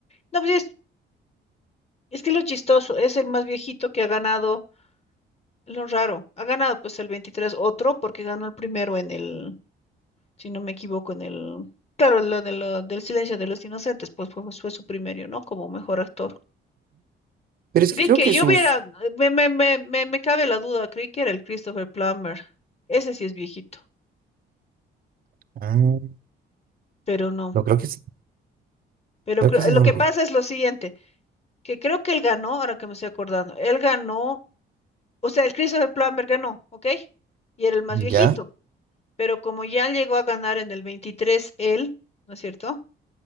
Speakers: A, on the left; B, on the right.
A: No, pues es, es que lo chistoso, es el más viejito que ha ganado, lo raro, ha ganado pues el 23 otro porque ganó el primero en el, si no me equivoco, en el, claro, lo de lo- del silencio de los inocentes, pues fue, fue su primero, ¿no? Como mejor actor.
B: Pero es
A: Creí
B: que creo
A: que
B: que
A: yo
B: sus...
A: hubiera, me, me, me, me, me cabe la duda, creí que era el Christopher Plummer. Ese sí es viejito,
B: Ah, no,
A: pero no.
B: creo que sí,
A: Pero
B: creo
A: creo-
B: que sí,
A: lo
B: no
A: que
B: lo
A: pasa
B: vi.
A: es lo siguiente, que creo que él ganó, ahora que me estoy acordando, él ganó, o sea, el Christopher Plummer ganó, ¿ok? Y era el más viejito,
B: ¿Ya?
A: pero como ya llegó a ganar en el 23 él, ¿no es cierto?